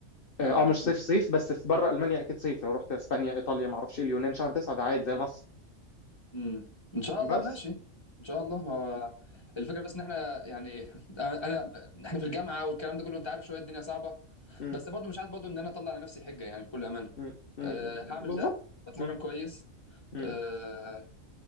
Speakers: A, on the left; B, on the left.
A: اه
B: اه
A: آه، مش صيف صيف بس في بره المانيا اكيد صيف لو رحت اسبانيا ايطاليا ما اعرفش إيه، اليونان شهر 9 ده عادي زي مصر
B: امم ان شاء
A: بس
B: الله ماشي ان شاء الله هو الفكره بس ان احنا يعني <laughs> انا احنا في الجامعه والكلام ده كله انت عارف شويه الدنيا صعبه
A: امم
B: بس برضو مش عايز برضو ان انا اطلع على نفسي حجه يعني بكل امانه
A: مم. مم.
B: أه
A: بالظبط
B: هعمل ده واتمرن
A: مم.
B: كويس
A: مم.
B: أه